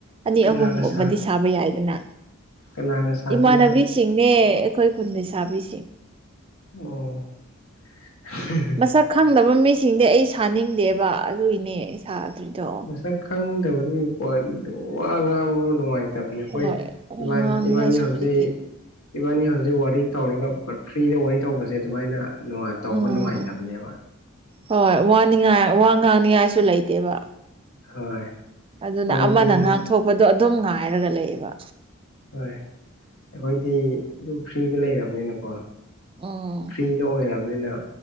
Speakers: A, on the right; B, on the left.
A: ꯑꯅꯤ
B: ꯀꯅꯥꯒ
A: ꯑꯍꯨꯝꯒꯨꯝꯕꯗꯤ
B: ꯁꯥ
A: ꯁꯥꯕ ꯌꯥꯏꯗꯅ
B: ꯀꯅꯥꯒ ꯁꯥꯗꯣꯏꯅꯣ
A: ꯏꯃꯥꯟꯅꯕꯤ ꯁꯤꯡꯅꯦ ꯑꯩꯈꯣꯏ ꯈꯨꯟ ꯂꯩꯁꯥꯕꯤꯁꯤꯡ
B: ꯑꯣ <unintelligible>
A: ꯃꯁꯛ ꯈꯪꯗꯕ ꯃꯤꯁꯤꯡꯗꯤ ꯑꯩ ꯁꯥꯅꯤꯡꯗꯦꯕ ꯑꯗꯨꯏꯒꯤꯅꯦ ꯁꯥꯗꯔ꯭ꯤꯗꯣ
B: ꯁꯛ ꯈꯪꯗꯕꯗꯤ ꯐꯣꯟꯗꯣ ꯋꯥ ꯉꯥꯡꯕ ꯅꯨꯡꯉꯥꯏ ꯇꯥꯕꯅꯤ ꯑꯈꯣꯏ
A: ꯍꯣꯏ
B: ꯏꯕꯥꯟ
A: ꯉꯥꯡꯅꯤꯉꯥꯏꯁꯨ
B: ꯏꯕꯥꯅꯤ ꯍꯧꯖꯤꯛ
A: ꯂꯩꯇꯦ
B: ꯏꯕꯥꯅꯤ ꯍꯧꯖꯤꯛ ꯋꯥꯔꯤ ꯇꯧꯔꯒ ꯐ꯭ꯔꯤꯗ ꯋꯥꯔꯤ ꯇꯧꯕꯁꯦ ꯑꯗꯨꯃꯥꯏꯅ ꯇꯧꯕ
A: ꯎꯝ
B: ꯅꯨꯡꯉꯥꯏꯇꯕꯅꯦꯕ
A: ꯍꯣꯏ ꯋꯥꯅꯤꯉꯥꯏ ꯋꯥ ꯉꯥꯡꯅꯤꯉꯥꯏꯁꯨ ꯂꯩꯇꯦꯕ
B: ꯍꯣꯏ
A: ꯑꯗꯨꯅ
B: ꯑꯩꯈꯣꯏꯗꯤ
A: ꯑꯃꯅ
B: ꯑꯗꯨꯝ
A: ꯉꯥꯡꯊꯣꯛꯄꯗꯣ ꯑꯗꯨꯝ ꯉꯥꯏꯔꯒ ꯂꯩꯌꯦꯕ
B: ꯍꯣꯏ ꯑꯩꯈꯣꯏꯗꯤ ꯑꯗꯨꯝ ꯐ꯭ꯔꯤꯗ ꯂꯩꯔꯕꯅꯤꯅꯀꯣ
A: ꯎꯝ
B: ꯐ꯭ꯔꯤꯗ ꯑꯣꯏꯔꯕꯅꯤꯅ